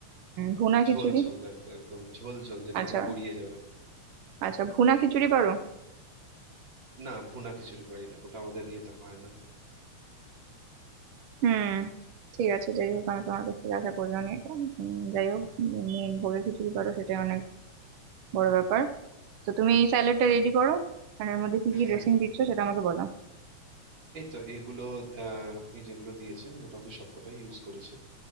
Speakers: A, on the right; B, on the right.
A: ভুনা খিচুড়ি
B: ঝোল ঝোল একদম একদম ঝোল ঝোল যেটা
A: আচ্ছা
B: একদম গড়িয়ে যাবে
A: আচ্ছা ভুনা খিচুড়ি পারো
B: না ভুনা খিচুড়ি পারি না ওটা আমাদের ইয়েতে হয় না
A: হুম ঠিক আছে যাই হোক আমি তোমার কাছ থেকে আশা করলাম এটা উম, যাই হোক উম, ভোগের খিচুড়ি পারো সেটাই অনেক বড় ব্যাপার তো তুমি এই স্যালাডটা রেডি করো আর এর মধ্যে কি কি
B: হ্যাঁ
A: ড্রেসিং দিচ্ছ সেটা আমাকে বলো
B: এই তো এইগুলো আহ, আপনি যেগুলো দিয়েছেন মোটামুটি সবকটাই ইউজ করেছি